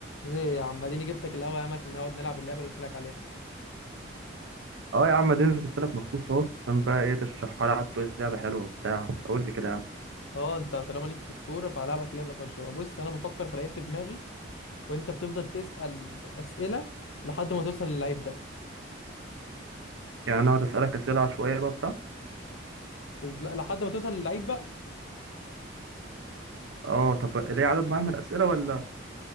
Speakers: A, on the left (about 80°); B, on the right (about 80°).
A: ايه يا عم اديني جبتك الاول يا عم عشان نقعد نلعب اللعبه اللي قلت لك عليها
B: اه يا عم دي نزلت لك مخصوص اهو عشان بقى ايه تشرحها لي قعدت تقول لي لعبه حلوه وبتاع قول لي كده يا عم
A: اه انت طالما ليك في الكوره فهلعبك لعبه طرش بقى. بص انا بفكر في لعيب في دماغي وانت بتفضل تسال اسئله لحد ما توصل للعيب ده
B: يعني انا اقعد اسالك اسئله عشوائيه بقى بتاع
A: بس لا لحد ما توصل للعيب بقى
B: اه طب ليه عدد معين من الاسئله ولا